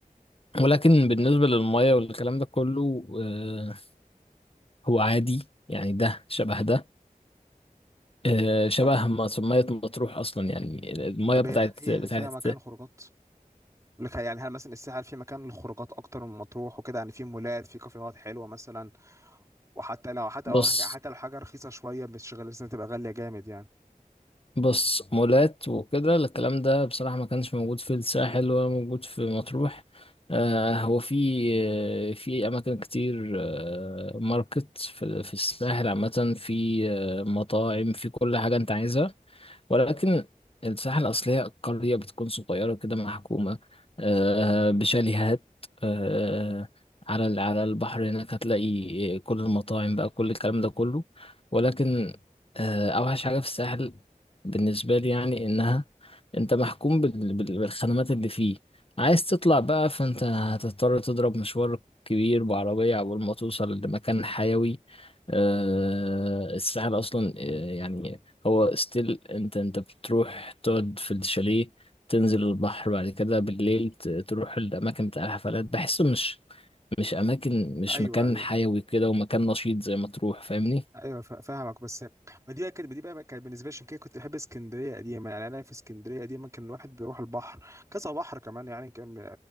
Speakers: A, on the left (about 40°); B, on the right (about 20°).
A: ولكن بالنسبه للميه والكلام ده كله آه، هو عادي يعني ده شبه ده آه، شبه
B: طب
A: ما ميه مطروح اصلا يعني الميه
B: طب
A: بتاعت
B: هي هي
A: بتاعت
B: فيها مكان خروجات بقول لك يعني هل مثلا الساحل في مكان للخروجات اكتر من مطروح وكده يعني في مولات في كافيهات حلوه مثلا وحتى لو حتى
A: بص
B: أو حتى لو حاجه رخيصه شويه مش غالية، لازم تبقى غاليه جامد يعني
A: بص مولات وكده الكلام ده بصراحة ما كانش موجود في الساحل ولا موجود في مطروح آه هو في آه، في أماكن كتير آه ماركت في, في الساحل عامة في آه مطاعم في كل حاجة أنت عايزها ولكن الساحة الأصلية القرية بتكون صغيرة كده محكومة آه، بشاليهات آه، على ال- على البحر هناك هتلاقي كل المطاعم بقى كل الكلام ده كله ولكن آه، أوحش حاجة في الساحل بالنسبة لي يعني إنها أنت محكوم بال- بال- بالخدمات اللي فيه عايز تطلع بقى فأنت هتضطر تضرب مشوار كبير بعربية عقبال ما توصل لمكان حيوي آه، الساحل أصلا آه، يعني هو ستيل انت انت بتروح تقعد في الشاليه تنزل البحر بعد كده بالليل ت- تروح الاماكن بتاع الحفلات بحسه مش مش اماكن مش
B: ايوه
A: مكان
B: ايوه
A: حيوي كده ومكان نشيط زي ما تروح فاهمني
B: ايوه فا- فاهمك بس ما دي بقى كانت دي بقى كانت بالنسبه لي عشان كده كنت بحب اسكندريه قديما يعني انا في اسكندريه قديما كان الواحد بيروح البحر كذا بحر كمان يعني كان